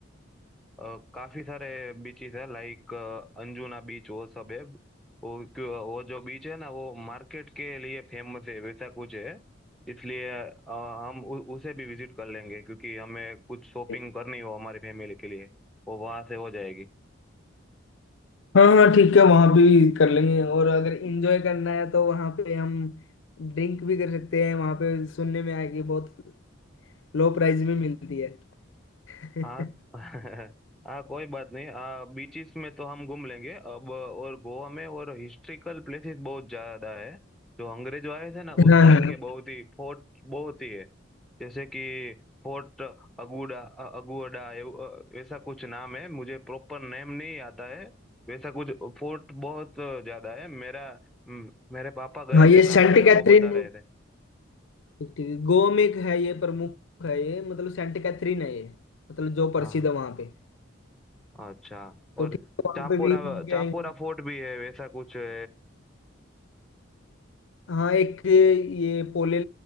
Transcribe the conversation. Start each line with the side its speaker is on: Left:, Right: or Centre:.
Centre: अ, काफी सारे बीचेस है लाइक अंजुना बीच वो सब है वो क्यों- वो जो बीच है ना वो मार्केट के लिए फेमस है वैसा कुछ है इसलिए अ, हम उ, उसे भी विजिट कर लेंगे क्योंकि हमें कुछ शॉपिंग
Left: आएंगे
Centre: करनी हो हमारी फैमिली के लिए वो वहां से हो जाएगी
Left: हाँ हाँ ठीक है वहां पे भी कर लेंगे और अगर इंजॉय करना है तो वहां पे हम ड्रिंक भी कर सकते हैं वहां पे सुनने में आया कि बहुत लो प्राइस में मिलती है <laughs> हाँ
Centre: हाँ <laughs> हाँ कोई बात नहीं आ बीचेस में तो हम घूम लेंगे अब और गोवा में और हिस्ट्रिकल प्लेसेस बहुत ज्यादा है जो अंग्रेज आए थे ना उस
Left: हाँ
Centre: टाइम के बहुत ही फोर्ट बहुत ही है जैसे कि फोर्ट अगुडा अ- अगुडा एव- अ, वैसा कुछ नाम है मुझे प्रॉपर नेम नहीं आता है वैसा कुछ फोर्ट बहुत ज्यादा है मेरा हम्म, मेरे पापा गए
Left: हाँ, <laughs>
Centre: थे
Left: ये
Centre: लास्ट
Left: सेंट
Centre: ईयर
Left: कैथरीन
Centre: वो बता रहे थे
Left: ठीक ठीक है गोवा में एक है ये प्रमुख है ये मतलब सेंट कैथरीन है ये मतलब जो प्रसिद्ध
Centre: हाँ
Left: है वहां पे
Centre: अच्छा
Left: तो
Centre: और
Left: ठीक है वहाँ
Centre: चापोरा
Left: पे भी घूम के
Centre: चापोरा
Left: आएंगे
Centre: फोर्ट भी है वैसा कुछ है
Left: हाँ एक ये पोले